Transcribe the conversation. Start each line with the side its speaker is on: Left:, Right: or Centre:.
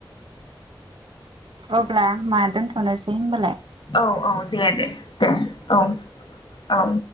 Right: अब्ला मा दोनथ'नोसै होनबालाय।
Left: औ औ दे दे दे औ औ।